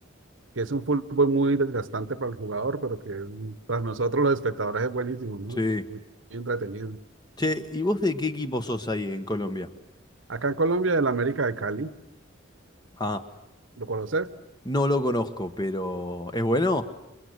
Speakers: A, on the right; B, on the left.
A: que es un fútbol muy desgastante para el jugador, pero que es- para nosotros los espectadores es buenísimo, ¿no?
B: Sí.
A: Muy entretenido.
B: Che, ¿y vos de qué equipo sos ahí en Colombia?
A: Acá en Colombia, el América de Cali,
B: Ah,
A: ¿lo conoces?
B: no lo conozco, pero ¿es bueno?